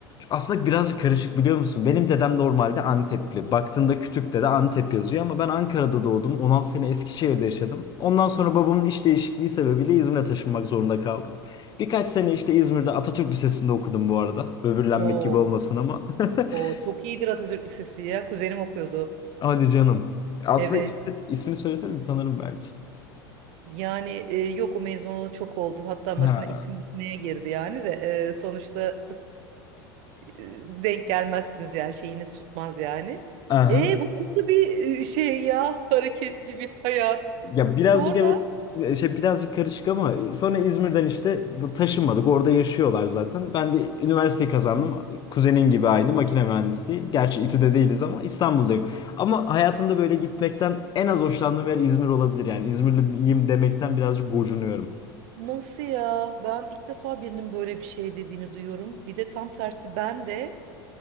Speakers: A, on the left (about 35°); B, on the right (about 55°).
A: aslında birazcık karışık biliyor musun? Benim dedem normalde Antepli. Baktığında kütükte de Antep yazıyor ama ben Ankara'da doğdum. 16 sene Eskişehir'de yaşadım. Ondan sonra babamın iş değişikliği sebebiyle İzmir'e taşınmak zorunda kaldık. Birkaç sene işte İzmir'de Atatürk Lisesi'nde okudum bu arada. Böbürlenmek
B: Oo,
A: gibi olmasın ama. <laughs>
B: o çok iyidir Atatürk Lisesi ya. Kuzenim okuyordu.
A: Hadi canım. Aslında
B: Evet.
A: ismi, ismi söylesene tanırım belki.
B: Yani e, yok o mezunu çok oldu. Hatta makine
A: Ha.
B: İTÜ makineye girdi yani de e, sonuçta e, denk gelmezsiniz yani şeyiniz tutmaz yani.
A: Aha.
B: E bu nasıl bir e, şey ya? <laughs> Hareketli bir hayat.
A: Ya birazcık
B: Sonra
A: evet e, şey birazcık karışık ama e, sonra İzmir'den işte taşınmadık. Orada yaşıyorlar zaten. Ben de üniversiteyi kazandım. Kuzenin gibi aynı makine mühendisliği. Gerçi İTÜ'de değiliz ama İstanbul'dayım. Ama hayatımda böyle gitmekten en az hoşlandığım yer İzmir olabilir. Yani İzmirliyim demekten birazcık gocunuyorum.
B: Nasıl ya? Ben ilk defa birinin böyle bir şey dediğini duyuyorum. Bir de tam tersi ben de